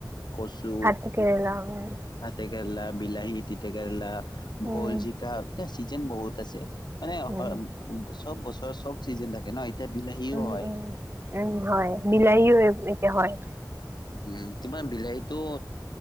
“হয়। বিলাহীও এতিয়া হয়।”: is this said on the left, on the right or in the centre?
Right